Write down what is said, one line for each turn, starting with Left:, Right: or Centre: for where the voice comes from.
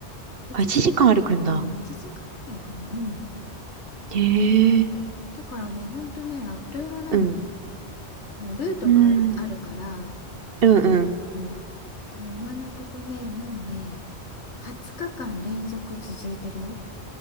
Left: 1時間うん1時間くらいかな。
Right: あ、1時間歩くんだ。
Left: うん
Right: へ
Left: そうだからねほんとねあっという間なのよ。
Right: え、うん、
Left: もうルートがああるから、
Right: うん、うんうん。
Left: うん、でも今のとこねもうね20日間連続続いてるよ。